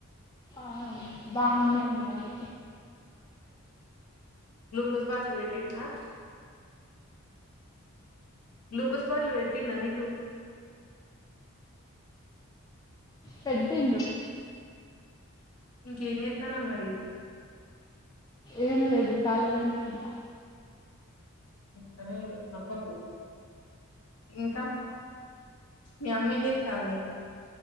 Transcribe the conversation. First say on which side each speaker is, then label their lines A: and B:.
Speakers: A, on the left; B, on the left.
A: ఆ బాగానే ఉన్నాడు.
B: గ్లూకస్ బాటిల్ పెట్టిర్ ఆ గ్లూకోస్ బాట్లు పెట్టిన్నా నీకు
A: పెట్టిండు
B: ఇంకేం చేస్తానావ్ మరి
A: ఏం లేదు ఖాళీగానే ఉన్నా.
B: సరే నవ్వకు ఇంకా మీ అమ్మ ఏం చేస్తాంది?